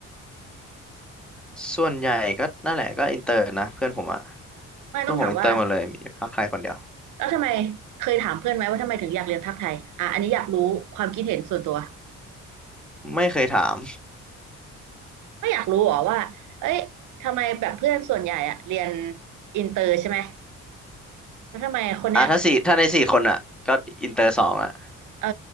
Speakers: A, in the centre; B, on the right.
A: ส่วนใหญ่ก็นั่นแหละก็อินเตอร์นะเพื่อนผมอ่ะ
B: ไม่ต้องถามว่า
A: เพื่อนผมอินเตอร์หมดเลยมีภาคไทยคนเดียว
B: แล้วทำไมเคยถามเพื่อนไหมว่าทำไมถึงอยากเรียนภาคไทยอ่ะอันนี้อยากรู้ความคิดเห็นส่วนตัว
A: ไม่เคยถาม
B: ไม่อยากรู้หรอว่าเอ้ยทำไมแบบเพื่อนส่วนใหญ่อะเรียนอินเตอร์ใช่ไหมแล้วทำไมคนเนี้ย
A: อ่ะถ้าสี่ถ้าในสี่คนอ่ะก็อินเตอร์สองอ่ะ
B: เออ